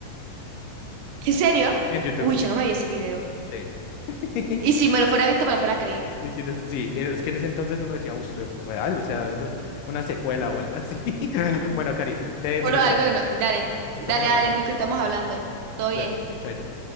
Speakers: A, on the right (about 75°); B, on the left (about 85°).
A: ¿En serio?
B: en YouTube.
A: Uy, yo no me vi ese video.
B: Sí. <laughs>
A: Y si me lo fuera visto, me lo fuera creído.
B: Y tienes, sí, eh, es que en ese entonces uno decía, uy, esto es real, o sea, eso es una secuela o algo así. <laughs> Bueno, Cari, te dejo,
A: Bueno,
B: ¿listo?
A: algo que no. Dale,
B: Lo
A: dale,
B: estamos hablando.
A: dale, Nico, estamos hablando. Todo bien.
B: Cuídate, chaito.